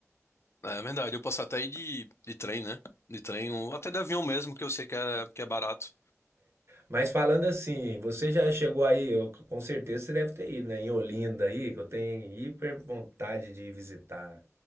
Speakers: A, on the left; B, on the right.
A: É verdade, eu posso até ir de, de trem, né? De trem, ou até de avião mesmo, que eu sei que é, que é barato.
B: Mas falando assim, você já chegou aí, eu- com certeza você deve ter ido, né? Em Olinda aí, que eu tenho hiper vontade de ir visitar.